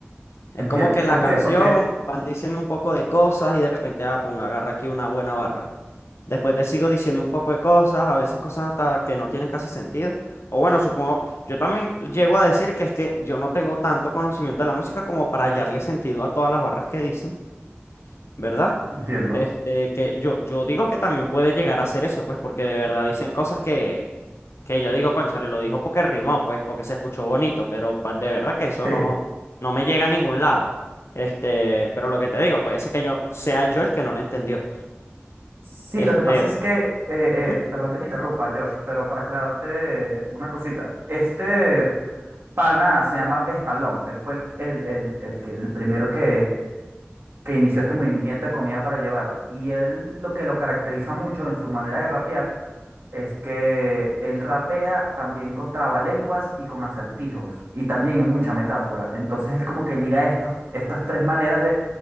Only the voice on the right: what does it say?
Entiendo.
¿Por
qué? Porque
entiendo.
<laughs>
Sí,
lo que pasa es que, eh, eh,
perdón que te interrumpa, Josh, pero para aclararte eh, una cosita, este pana se llama Vestalón, él fue el, el, el, el que, el primero que, que inició este movimiento de comida para llevar, y él lo que lo caracteriza mucho en su manera de rapear es que él rapea también con trabalenguas y con acertijos, y también en mucha metáfora, entonces él como que liga estos, estas tres maneras